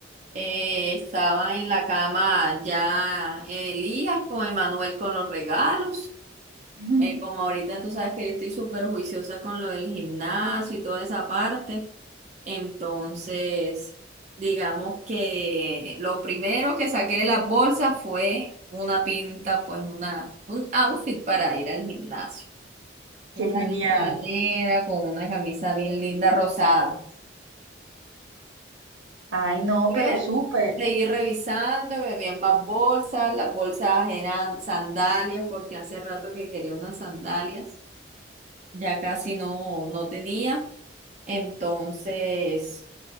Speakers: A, on the right; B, on the right.
A: Eh, estaba en la cama ya eh, Elías con Emanuel con los regalos.
B: <laughs>
A: Eh, como ahorita tú sabes que yo estoy súper juiciosa con lo del gimnasio y toda esa parte, entonces digamos que lo primero que saqué de las bolsas fue una pinta, pues una, un outfit para ir al gimnasio. Una
B: Qué genial.
A: listra negra con una camisa bien linda rosada.
B: Ay, no,
A: Pues
B: pero súper.
A: seguí revisando, me vi en más bolsas, las bolsas eran sandalias porque hace rato que quería unas sandalias. ya casi no, no tenía. Entonces,